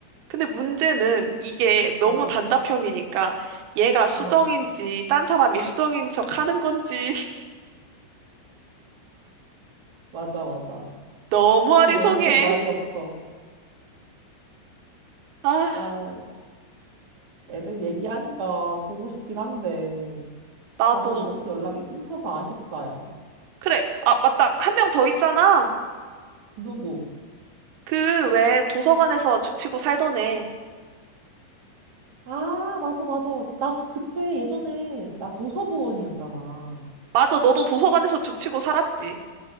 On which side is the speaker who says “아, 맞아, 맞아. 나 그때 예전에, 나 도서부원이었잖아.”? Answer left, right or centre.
Right